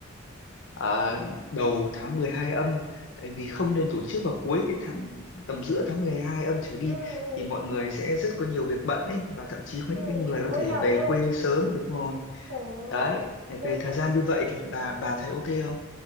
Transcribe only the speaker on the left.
ờ, đầu tháng 12 âm tại vì không nên tổ chức vào cuối cái tháng tầm giữa tháng 12 âm trở đi
thì mọi người sẽ rất có nhiều việc bận ấy và thậm chí có
những cái người
có
thể
về
quê
sớm đúng rồi
đấy để
về
thời
gian
như vậy thì bà bà thấy ok không